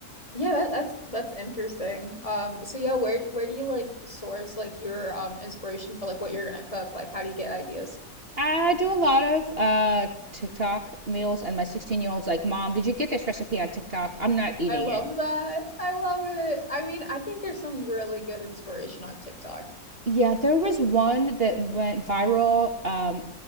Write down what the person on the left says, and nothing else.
Yeah, that, that's that's interesting. Um, so yeah, where where do you like source like your um inspiration for like what you're gonna cook? Like, how do you get ideas?
I love
that. I love it. I mean, I think there's some really good inspiration on TikTok.